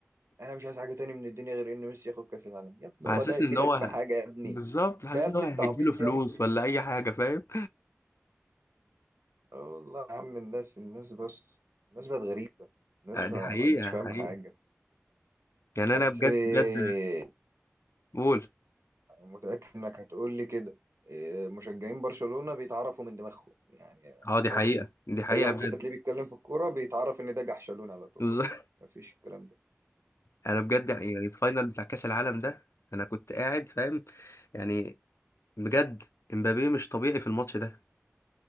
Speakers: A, on the right; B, on the left.
A: انا مش عايز حاجه تاني من الدنيا غير ان ميسي ياخد كاس العالم يا ابني
B: حاسسني
A: هو ده يفيدك
B: ان هو
A: في حاجه يا ابني
B: بالظبط
A: انت
B: حاسس
A: يا ابني
B: ان هو هيديله
A: التعبيط
B: فلوس
A: يا ابني
B: ولا اي حاجه فاهم
A: اه والله يا عم الناس الناس بس الناس بقت غريبه الناس
B: آه، دي
A: ما
B: حقيقه
A: ما عادتش فاهمه
B: حقيقه
A: حاجه
B: يعني انا
A: بس
B: بجد
A: إيه،
B: بجد قول
A: انا متاكد انك هتقول لي كده إيه، مشجعين برشلونه بيتعرفوا من دماغهم يعني
B: اه دي
A: تقعد
B: حقيقه
A: تت-
B: دي حقيقه
A: اي واحد
B: بجد
A: كده تلاقيه بيتكلم في الكوره بيتعرف ان ده جحشلون على طول
B: <laughs>
A: مفيش الكلام ده
B: انا بجد يعني الفاينل بتاع كاس العالم ده انا كنت قاعد فاهم يعني بجد امبابي مش طبيعي في الماتش ده